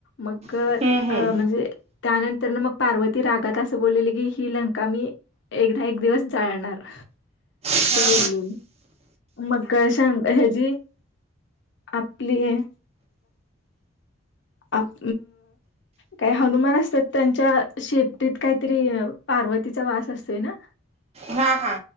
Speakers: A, on the left; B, on the right.
A: मग
B: हम्म, हम्म.
A: अ म्हणजे त्यानंतर न मग पार्वती रागात असं बोललेलं की ही लंका मी एकदा एक दिवस जाळणार
B: हां
A: बोलले मगां हज आपली आहे आप काही हनुमान असतात त्यांच्या शेपटीत काहीतरी पार्वतीचा वास असतोय ना
B: हा हा